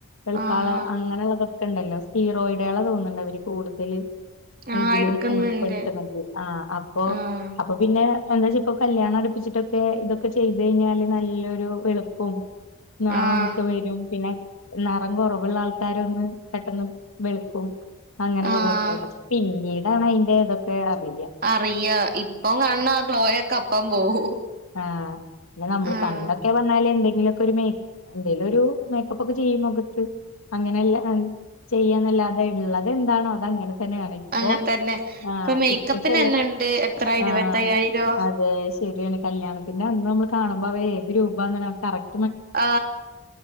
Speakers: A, on the left; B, on the right.
A: വെളുക്കാള്ളെ
B: ആഹ്
A: അങ്ങനെള്ളതൊക്കെണ്ടല്ലോ സ്റ്റീറോയിഡാള തോന്ന്ണ്ട് അവര് കൂടുതല്
B: ആഹ്
A: ഇതിലും
B: എടുക്കുന്നുണ്ട്
A: ഉൾപ്പെടുത്തണത് ആ അപ്പൊ
B: ആഹ്
A: അപ്പൊ പിന്നെ എന്താ വെച്ച ഇപ്പൊ കല്യാണം അടുപ്പിച്ചിട്ടൊക്കെ ഇതൊക്കെ ചെയ്ത് കഴിഞ്ഞാല് നല്ലൊരു വെളുപ്പും നിറക്കെ
B: ആഹ്
A: വരും പിന്നെ കുറവുള്ള ആൾക്കാര ഒന്ന് പെട്ടെന്ന് വെളുക്കും അങ്ങനുള്ളതൊക്കെ
B: ആഹ്
A: പക്ഷെ പിന്നീട് താണ് അയ്ന്റെ ഇതൊക്കെ അറിയ
B: അറിയ ഇപ്പം കാണണ ക്ലോയൊക്കെ അപ്പം പോവും
A: ആ പിന്നെ ഞമ്മള്
B: ആഹ്
A: പണ്ടൊക്കെ പറഞാല് എന്തെങ്കിലും പ്പൊരു മേ എന്തേലൊരു മേക്കപ്പൊക്കെ ചെയ്യുമ്പോ നമുക്ക് അങ്ങനെല്ല ചെയ്യാന്നല്ലാതെ ഉള്ളത് എന്താണോ അതങ്ങനെ. <unintelligible> ഇ
B: അങ്ങനെ തന്നെ
A: ആ
B: മേക്കപ്പിന്
A: ഇപ്പൊ ച
B: തന്നെ ഉണ്ട് എത്ര ഇരുപത്തയ്യായിരോ
A: ആ അതെ ശരിയാണ് കല്യാണത്തിന്റെ അന്ന് നമ്മള് കാണുമ്പോ അവ ഏത് രൂപാ കറക്
B: ആ